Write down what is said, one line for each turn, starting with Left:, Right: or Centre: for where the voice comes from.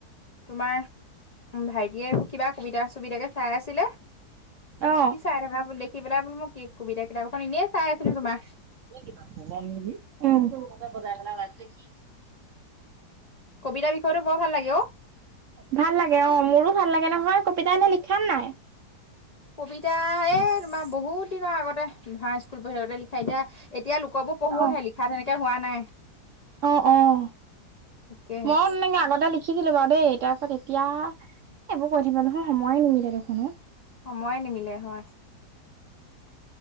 Left: তোমাৰ ভাইটিয়েৰ কিবা সুবিধা চুবিধাকে চাই আছিলে।
Right: অ
Left: কি চাই থকা দেখি পেলাই বো মই কেক কবিতা কিতাপ এনেই চাই আছিলোঁ তোমাৰ।
Right: কিবা নেকি উম, বজাৰ ফালে ওলাইছে নেকি?
Left: কবিতাৰ বিষয়তো বৰ ভাল লাগে অ'
Right: ভাল লাগে অ' মোৰো ভাল লাগে নহয়, কবিতা এনে লিখা নাই?
Left: কবিতা এ তোমাৰ বহুত দিনৰ আগতে স্কুল পঢ়ি আগতে লিখা এতিয়া এতিয়া লোকৰবোৰ পঢ়োহে
Right: অ
Left: লিখা তেনেকে হোৱা নাই।
Right: অ' অহ'
Left: তাকেহে
Right: মই মানে আগতে লিখিছিলোঁ বাৰু দেই তাৰ পাছত এতিয়া এইবোৰ কৰি থাকিবলৈ নহয় সময়ে নিমিলে দেখোনো।
Left: সময়ে নিমিলে হয়।